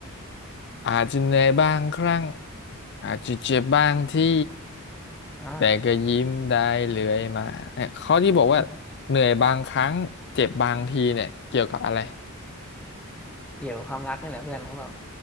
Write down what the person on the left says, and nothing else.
อาจจะเหนื่อยบางครั้งอาจจะเจ็บบางที่
แต่ก็ยิ้มได้เรื่อยมาเนี่ยเขาที่บอกว่าเหนื่อยบางครั้งเจ็บบางทีเนี่ยเกี่ยวกับอะไร